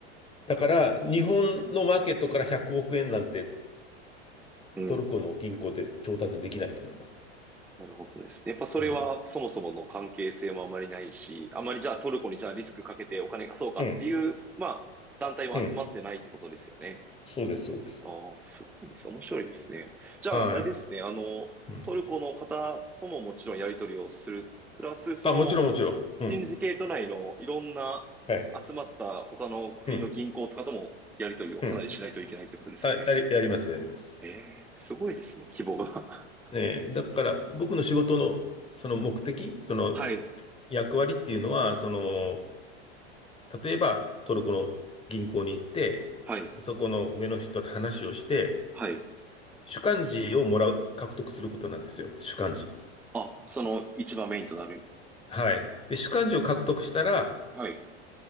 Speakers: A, on the left; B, in the centre.
A: だから、日本のマーケットから100億円なんて
B: うん、
A: トルコの銀行で調達できないと思います。
B: なるほどですね。やっぱそれはそもそもの関係性もあまりないし、
A: うん。
B: あまりじゃあトルコにじゃあリスクかけてお金貸そうかっていう、
A: うん。
B: まあ、団体も集まってないってことですよね。
A: うん。そうです、そうです。
B: ああ、すごいです。面白いですね。じゃあ、
A: はい。
B: あれですね。あの、
A: うん。
B: トルコの方とももちろんやり取りをする。プラス、その、
A: あ、もちろん、もちろん。うん。
B: シンジケート内のいろんな
A: はい。
B: 集まった他の国の銀行とかともやり取りをかなりしないといけないってことですよね。
A: うん。うん。はい。やり、やります、やります。
B: ええ、すごいですね、規模が。
A: ねえー、だから、僕の仕事の、その目的、その
B: <laughs> はい、
A: 役割っていうのは、その、例えば、トルコの銀行に行って、
B: はい、
A: そそこの上の人と話をして、
B: はい。
A: 主幹事をもらう、獲得することなんですよ。主幹事。
B: あ、その一番メインとなる。
A: はい。で、主幹事を獲得したら、
B: はい、